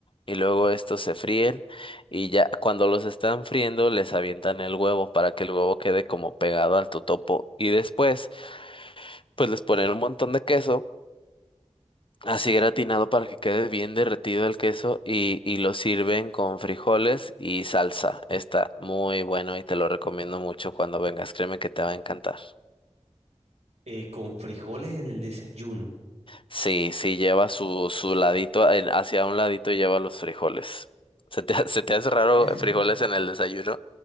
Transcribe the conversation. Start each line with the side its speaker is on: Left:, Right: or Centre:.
Left: y luego estos se fríen, y ya cuando los están friendo les avientan el huevo para que el huevo quede como pegado al totopo, y después pues les ponen un montón de queso, así gratinado para que quede bien derretido el queso, y, y lo sirven con frijoles y salsa. Está muy bueno y te lo recomiendo mucho cuando vengas, créeme que te va a encantar.
Right: eh, con frijoles en el desayuno.
Left: Sí, sí, lleva su, su ladito, en- hacia un ladito lleva los frijoles. ¿Se te, <laughs> ha- se te hace raro
Right: <laughs>
Left: frijoles en el desayuno?